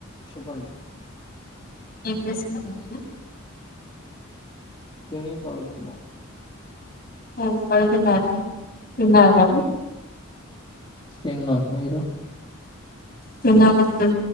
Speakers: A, on the left; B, on the left.
A: చెపండి
B: ఏంజెస్ <unintelligible>
A: తిని పడుకున్నా
B: ఒ పడుదున్నారా తిన్నారా
A: తిన్న మీరు
B: తిన్నమండి